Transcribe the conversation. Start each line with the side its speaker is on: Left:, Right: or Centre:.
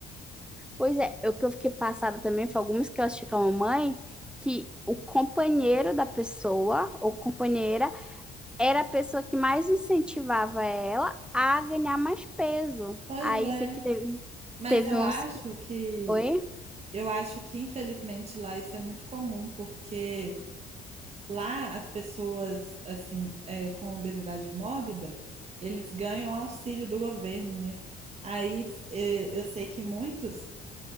Centre: Pois é, o que eu fiquei passada também foi algumas que eu assisti com a mamãe, que o companheiro da pessoa, ou companheira, era a pessoa que mais incentivava ela a ganhar mais peso.
Right: Pois
Centre: Aí,
Right: é.
Centre: sei que teve,
Right: Mas
Centre: teve
Right: eu
Centre: uns
Right: acho
Centre: que
Right: que
Centre: foi,
Right: eu acho que infelizmente lá isso é muito comum, porque lá as pessoas assim é, com obesidade mórbida, eles ganham auxílio do governo, né? Aí é, eu sei que muitos